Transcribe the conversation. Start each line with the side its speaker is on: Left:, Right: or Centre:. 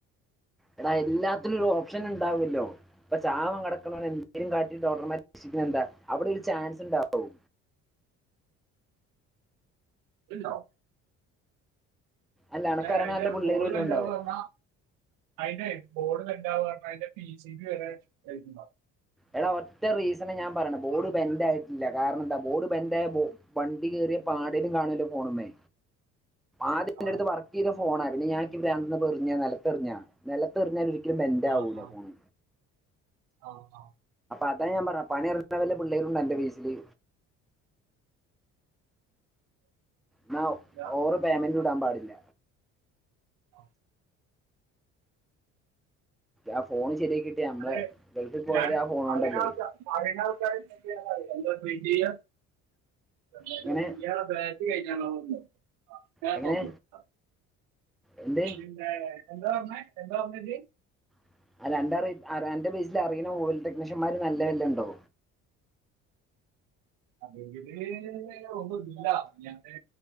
Centre: എടാ എല്ലാത്തിനും ഒര് ഓപ്ഷൻ ഇണ്ടാവൊല്ലോ ഇപ്പ ചാവാൻ കെടക്കുന്നോൻ എന്തെലും കാട്ടി ഡോക്ടർമാർ രക്ഷിക്ക്ണെ എന്താ അവിടെ ഒരു ചാൻസ് ഇണ്ടാവും.
Right: ഇണ്ടൊ?
Centre: അല്ല എനക്കറിയണ
Right: എടാ അയിന്റെ
Centre: നല്ല പിള്ളേരും
Right: ഗോള്
Centre: എല്ലാം
Right: ബെന്റാവാ
Centre: ഉണ്ടാവും
Right: പർണ് അയിന്റെയ് ബോഡ് ബെന്റാവാ പർണാ അയിന്റെ പി സി ബി വരെ കഴിഞ്ഞിണ്ടാവും.
Centre: എടാ ഒറ്റ റീസണെ ഞാൻ പറിണെ ബോഡ് ബെന്റായിട്ടില്ല കാരണം എന്താ ബോഡ് ബെന്റായ ബോ വണ്ടി കേറെ പാടെലും കാണാലോ ഫോൺമ്മേ? ആദ്യം ഇന്റെട്ത്ത്
Right: ആ
Centre: വർക്ക് ചെയ്ത ഫോണാ പിന്നെ ഞാ ഇക്ക് ബ്രാന്ത് വന്നപ്പം എറിഞ്ഞാ നെലത്ത് എറിഞ്ഞാ നെലത്തെറിഞ്ഞാ വീ ക്കലും ബെന്റാവൂല
Right: ആ ആ
Centre: ഫോണ്.
Right: ആ ആ
Centre: അതാ ഞാൻ പറഞ്ഞെ പണി അറിയുന്ന വല്ല പിള്ളേരും ഇണ്ടോ അന്റെ ബേസില്? ന്നാ
Right: ഇല്ല.
Centre: ഓവറ് പേമെന്റ് കൊ ത്താൻ പാടില്ല
Right: ആ
Centre: ആ ഫോൺ ശരിയാക്കിയിട്ട് നമ്മളെ
Right: അതെ
Centre: ഗൾഫിൽ പോയത്
Right: ഞാൻ
Centre: ആ ഫോൺ കൊണ്ടല്ലേ
Right: അറിണാൾ പരിണാൾക്കാര് ഇണ്ടെ <unintelligible> പറീലാ എന്തോട്രീറ്റ് ചെയ്യാ <unintelligible>
Centre: എങ്ങനെ
Right: ബാറ്റി കഴി ഞങ്ങളുംണ്ട് <unintelligible>
Centre: എങ്ങനെ എന്ത്
Right: പിന്നേ എന്താ പറഞ്ഞേ എന്താ പറഞ്ഞെ ജ്ജ്
Centre: <unintelligible> റെയിറ്റ് അൻ്റെ ബേയിസില് അറിയുന്ന ഓയിൽ ടെക്നീഷ്യന്മാര് നല്ല വല്ല ഉണ്ടോ?
Right: അറിവില് ഒന്നും ഇല്ല ഞാന്